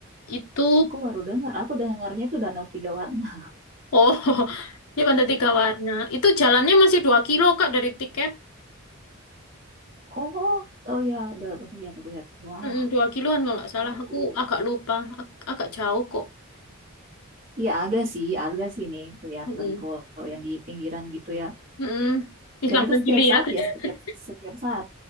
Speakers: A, on the left; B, on the right.
A: Itu,
B: aku baru dengar. Aku dengarnya itu Danau Tiga Warna.
A: oh, <laughs> ini pantai tiga warna. Itu jalannya masih dua kilo, Kak, dari tiket.
B: Oh, oh ya, udah aku lihat, aku lihat. Wah,
A: Mm-mm, dua kiloan kalau nggak salah.
B: bagus.
A: Aku agak lupa. Ag- agak jauh kok.
B: Iya, ada sih, ada sih nih kelihatan
A: Mm-mm.
B: kalau yang di pinggiran gitu ya.
A: Mm-mm. Ih,
B: Dan
A: langsung
B: itu setiap
A: dilihat.
B: saat
A: <laughs>
B: ya, setiap setiap saat.